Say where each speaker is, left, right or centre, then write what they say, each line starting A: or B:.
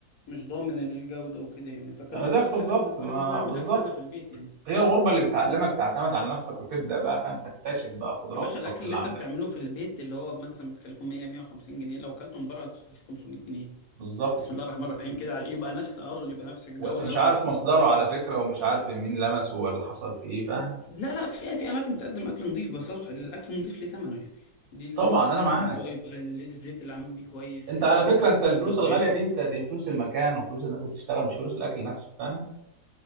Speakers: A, on the left; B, on the right.
A: مش ضامن الجوده وكده يعني فكان
B: انا
A: افضل
B: زيك بالظبط
A: حل بالنسبه
B: ما
A: لي ان انا اعمل
B: بالظبط
A: اكل انا في البيت يعني
B: هي الغربه اللي بتعلمك تعتمد على نفسك وتبدا بقى فاهم تكتشف بقى قدرات
A: يا باشا
B: الطبخ
A: الاكل
B: اللي
A: اللي انت
B: عندك
A: بتعمله في البيت اللي هو مثلا بتكلفه 100 150 جنيه لو اكلته من بره هتدفع فيه 500 جنيه
B: بالظبط
A: بسم الله الرحمن الرحيم كده يبقى نفس اقصد يبقى نفس الجوده
B: وانت مش عارف
A: ونفس
B: مصدره
A: النظافه
B: على
A: ونفس
B: فكره ومش عارف مين لمسه ولا حصل فيه ايه فاهم
A: لا لا في في اماكن بتقدم اكل نظيف بس أصبح الاكل نظيف ليه ثمنه يعني دي النقطه
B: طبعا انا
A: يعني
B: معاك
A: اللي هو يبقى ال- الزيت اللي عامل بيه كويس
B: انت
A: يبقى
B: على فكره
A: طبخ
B: انت
A: بسمنه
B: الفلوس
A: كويسه
B: الغاليه دي
A: كو-
B: انت دي فلوس المكان وفلوس الناس اللي بتشتغل مش فلوس الاكل نفسه فاهم